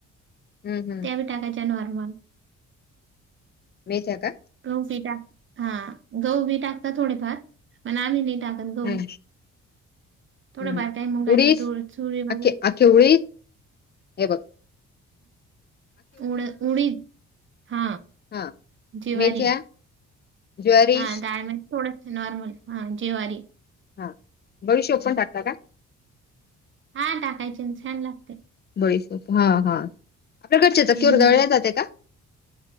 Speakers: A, on the left; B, on the right.
A: हम्म. हम्म.
B: त्या टाकायच्या आन वरन.
A: मेथ्या का?
B: गहू बी टाक, हां. गहू बी टाकतात थोडेफार. पण आम्ही नाही टाकत गहू.
A: हम्म
B: थोड
A: हम्म
B: बारकाई मुगाची,
A: उडीद
B: तुर, चुळी वगैर.
A: आखे आखे उडीद हे बघ
B: उड उडीद हा.
A: हा
B: जिवारी.
A: मेथ्या ज्वारी
B: हा डाळ म कोडं - नॉर्मल हा जीवारी.
A: हां. बडीशोप पण टाकता का?
B: हां. टाकायचे ना. छान लागतंय.
A: बडीशेप. हां. हां. आपल्या घरच्या चक्कीवर
B: हं,
A: दळल जाते का?